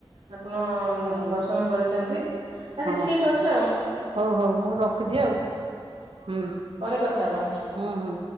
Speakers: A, on the right; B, on the right.
A: ଆପଣ
B: ହଁ
A: ଦର୍ଶନ କରିଛନ୍ତି? ଆଚ୍ଛା
B: ହଁ
A: ଠିକ ଅଛି ଆଉ
B: ହଉ ହଉ ମୁଁ ରଖୁଛି ଆଉ ହୁଁ।
A: ପରେ କଥା ହବା।
B: ହୁଁ ହୁଁ।